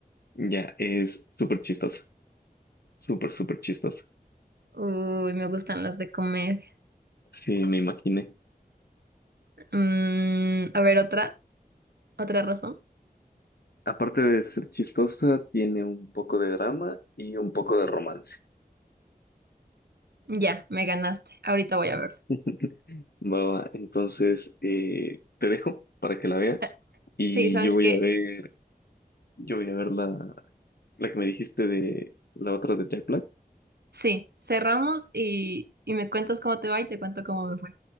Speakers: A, on the left; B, on the right.
A: Ya, es súper chistosa. Súper, súper chistosa.
B: Uy, me gustan las de comedia.
A: Sí, me imaginé.
B: Mm, a ver, otra. ¿Otra razón?
A: Aparte de ser chistosa, tiene un poco de drama y un poco de romance.
B: Ya, me ganaste. Ahorita voy a verlo.
A: <laughs> Va, va. Entonces, eh, te dejo para que la veas
B: Eh,
A: y
B: Sí, ¿sabes
A: yo voy
B: qué?
A: a ver, yo voy a ver la, la que me dijiste de la otra de Jack Black.
B: Sí, cerramos y, y me cuentas cómo te va y te cuento cómo me fue.